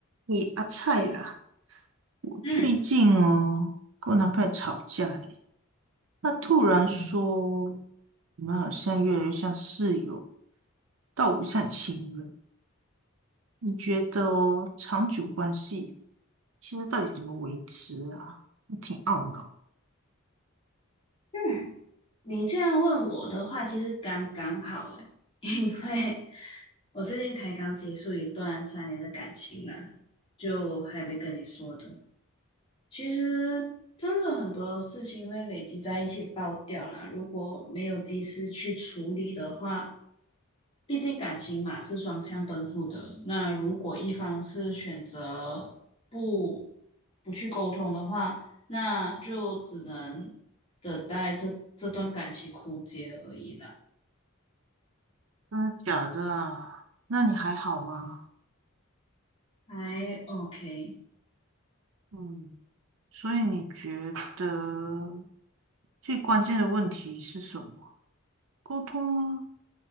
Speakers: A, on the right; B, on the left.
A: 你阿菜呀、我最近哦跟我男朋友吵架嘞，
B: 嗯
A: 他突然说我
B: 嗯，
A: 们好像越来越像室友，倒不像情人。你觉得哦长久关系其实到底怎么维持啊？我挺懊恼，
B: 嗯，你这样问我的话，其实刚刚好诶，<laughs> 因为我最近才刚结束一段三年的感情啦，就还没跟你说的。其实真的很多事情会累积在一起爆掉啦，如果没有及时去处理的话，毕竟感情嘛是双向奔赴的。那如果一方是选择不不去沟通的话，那就只能等待这这段感情枯竭而已啦。
A: 真的假的啊？那你还好吗？
B: 还 OK，
A: 嗯，所以你觉得最关键的问题是什么？沟通吗？